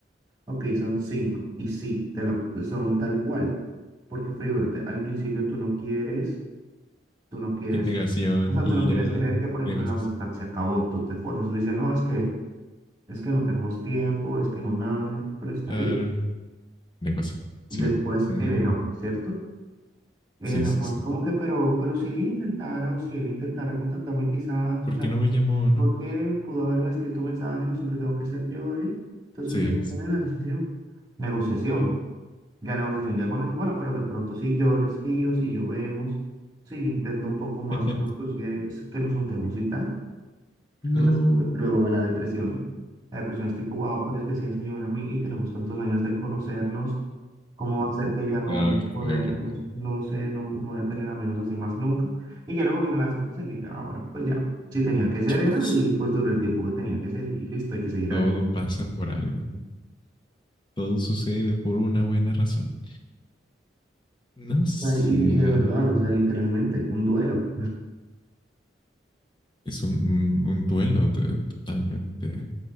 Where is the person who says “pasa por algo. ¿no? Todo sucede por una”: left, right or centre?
Left